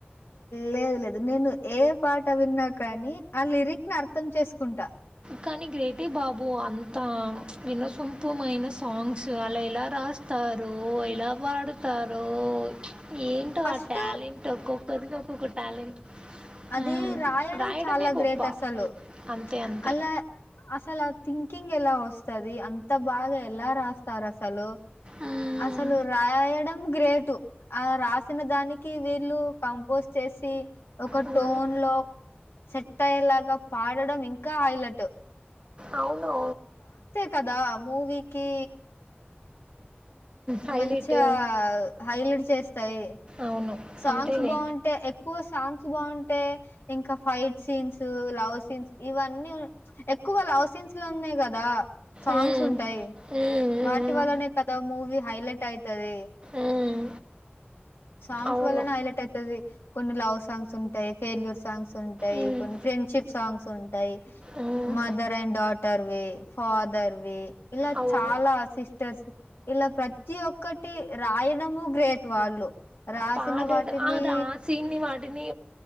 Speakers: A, on the left; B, on the right.
A: లేదు లేదు నేను ఏ పాట విన్నా కానీ ఆ లిరిక్ని అర్థం చేసుకుంటా
B: కానీ గ్రేటే బాబు అంతా వినసొంపమైన సాంగ్స్ అలా ఎలా రాస్తారో ఎలా పాడుతారో ఏంటో
A: ఫస్ట్
B: ఆ ట్యాలెంట్ ఒక్కొక్కరిది ఒక్కొక్క టాలెంట్
A: అదీ
B: మ్మ్.
A: రాయడం
B: రాయడమే
A: చాలా
B: గొప్ప
A: గ్రేట్ అసలు అ
B: అంతే అంతే
A: అలా అసలు ఆ థింకింగ్ ఎలా వస్తది. అంత బాగా ఎలా రాస్తారు అసలు
B: మ్మ్.
A: అసలు రాయడం గ్రేటు ఆ రాసిన దానికి వీళ్ళు కంపోజ్ చేసి ఒక
B: మ్మ్.
A: టోన్లో సెట్ అయ్యేలాగా పాడడం ఇంకా హైలట్
B: అవున్ నవును.
A: కదా మూవీకీ
B: హైలైట్
A: మంచిగా హైలైట్ చేస్తాయి.
B: అవును
A: సాంగ్స్
B: అంతేలే
A: బాగుంటే ఎక్కువ సాంగ్ గ్స్ బాగుంటే ఇంకా ఫైట్ సీన్స్, లవ్ సీన్స్ ఇవన్నీ ఎక్కువ లవ్ సీన్స్ లో ఉన్నయి కదా సాంగ్స్
B: ఉమ్,
A: ఉంటాయి
B: ఉమ్, ఉమ్,
A: వాటి వల్లనే కదా మూవీ హైలైట్ అయితది.
B: ఉమ్,
A: సాంగ్స్
B: అవును
A: వల్లనే హైలైట్ అయితది. కొన్ని లవ్ సాంగ్స్ ఉంటయి. ఫెయిల్యూర్ సాంగ్స్ ఉంటయి.
B: ఉమ్,
A: కొన్ని ఫ్రెండ్షిప్ సాంగ్స్ ఉంటయి.
B: ఉమ్,
A: మదర్ అండ్ డాటర్వి, ఫాదర్వి ఇలా
B: అవును
A: చాలా సిస్టర్స్ ఇలా ప్ర ప్రతీ ఒక్కటి రాయడము గ్రేట్ వాళ్ళు రాసిన
B: పాడేడు
A: వాటిని
B: ఆ రాసీని వాడ్ వాటిని